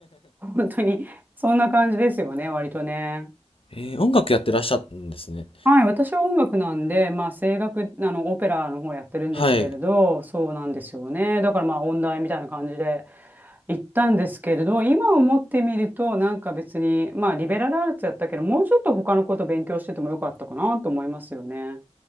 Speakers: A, on the right; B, on the left.
A: 本当に、そんな感じですよね、割とね。
B: えー、音楽やってらっしゃるんですね。
A: はい、私は音楽なんで、まあ、声楽、あの、オペラの方やってるんですけれど、
B: はい。
A: そうなんですよね。だからまあ、音大みたいな感じで行ったんですけれど、今思ってみると、なんか別に、まあ、リベラルアーツやったけど、もうちょっと他のこと勉強しててもよかったかなと思いますよね。